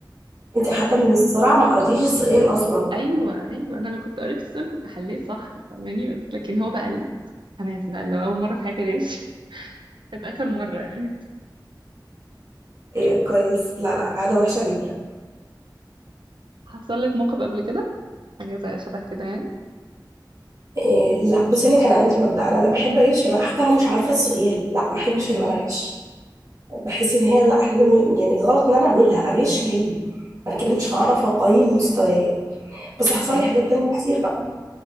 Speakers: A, on the right; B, on the right.
A: انت حتى من السرعه ما قريتيش السؤال اصلا
B: أيوه أيوه أنا لو كنت قريت السؤال كنت حليت صح فاهماني بس لكن هو بقى ال- أنا عايز بقى اللي هو أول مرة في حياتي أغش <laughs> كانت آخر مرة يعني
A: ايوه كويس لا لا عاده وحشه جدا
B: حصل لك موقف قبل كده حاجة زي شبه كده يعني
A: إيه لا بصي انا كان عندي مبدا انا لا بحب اغش ولا حتى لو مش عارفه السؤال لا ما احبش ان
B: أمم،
A: انا اغش بحس ان هي لا حاجه م- يعني غلط ان انا اعملها اغش ليه انا كده مش هعرف اقيم مستوايا بس حصل
B: أمم،
A: لي حاجات تانية كتير بقى